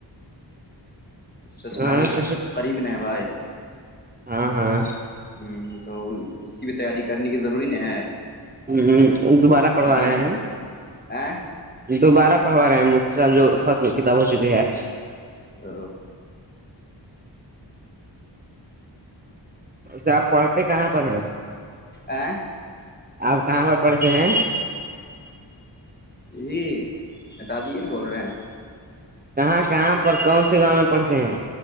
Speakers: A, on the left (about 20°); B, on the right (about 20°).
A: ششماہی
B: ہاں
A: قریب نہبائے
B: ہاں ہاں
A: ہوں تو اس کی بھی تیاری کرنی کی ضروری نہیں ہے
B: ہاں دوبارہ پڑھوا
A: تبھی
B: رہے
A: ن
B: ہیں
A: ا
B: دوبارہ پڑھوا رہے ہیں مجاح جو ختم کتاب ہو چکی ہے
A: ا
B: اچھا آپ پڑھتے کہاں پر ہیں
A: ا
B: آپ کہاں پر پڑھتے ہیں
A: یہی اٹادے نا بول رہے ہیں
B: کہاں کہاں پر کون سے گاؤں میں پڑھتے ہیں